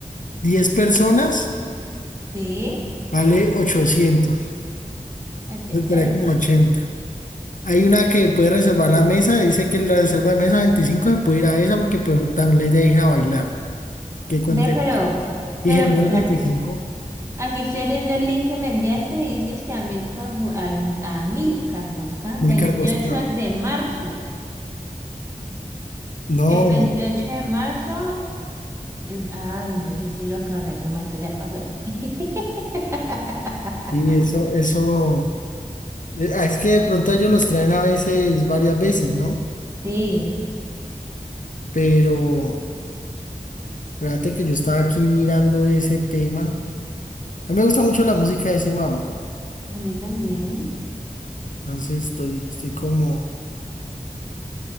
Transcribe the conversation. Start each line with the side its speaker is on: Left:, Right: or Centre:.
Left: 10 personas
Right: Sí.
Left: vale 800.
Right: Ay, ay,
Left: Eso quedaría
Right: ay.
Left: como 80. Hay una que puede reservar la mesa, dice que la reserva de mesa 25 se puede ir a esa porque pues, también la idea es ir a bailar. Que cuente.
Right: Ve, pero,
Left: Y
Right: pero,
Left: general
Right: espérate.
Left: 25,
Right: Aquí estoy viendo el link que me enviaste y dices que al Milcar, Bo- al, a Milcar Bosca,
Left: Amílcar
Right: 28
Left: Boscán.
Right: de marzo.
Left: No,
Right: El 28 de marzo. el- ay, no, yo estoy loca, ¿verdad? Que marzo ya pasó. <laughs>
Left: sí, eso, eso. eh, ah, Es que de pronto ellos los traen a veces, varias veces, ¿no?
Right: Sí,
Left: Pero, fíjate que yo estaba aquí mirando ese tema. A mí me gusta mucho la música de ese mamá.
Right: A mí también.
Left: Entonces estoy, estoy como...